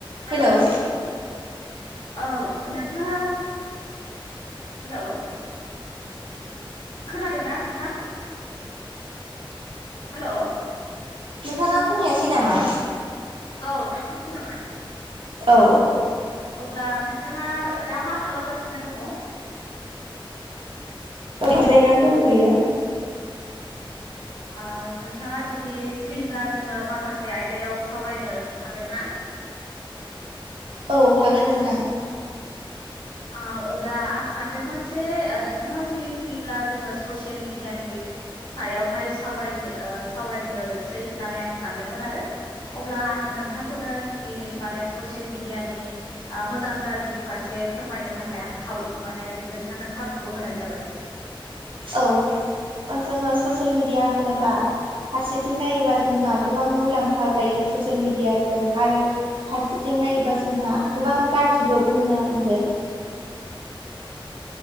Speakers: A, on the left (about 55°); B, on the right (about 70°).
A: हेल'
B: hello
A: औ
B: औ
A: नोंथाङा हेलौ खोनादोंना नोंथां हेल'
B: नोंथाङा खोनायासै नामा
A: औ दाथो खोनाबाय
B: औ
A: अब्ला नोंथाङा दा मा खालामगासिनो दङ
B: जिरायनानै दंथ'यो
A: आ नोंथाङा जुदि फ्रिब्ला जोङो माखासे आयदायाव सावरायनो हागोन ना
B: औ हागोन नोंथां
A: आ अब्ला आं सानदोंमोन जे नोंथाङा जुदि फ्रिब्ला जोङो ससियेल मिडियानि सायावहाय सावरायनो ओ सावरायनोसै होननानै आं सानदोंमोन आरो अब्ला दा आङो नोंथांखौनो गिबि माने ससियेल मिडियानि आं मोजां गाज्रि फारसे फोरमायनो थाखाय आं खाव माने नोंथांनो खाबुखौ होनाय जाबाय
B: औ जोङो ससियेल मिडिया होनोबा फारसेथिं नायोबा जोंहा गोबां मुलाम्फा जायो ससियेल मिडियाजों आरो फारसेथिं नायो जोंहा गोबां गाज्रिबो बुंनांगोन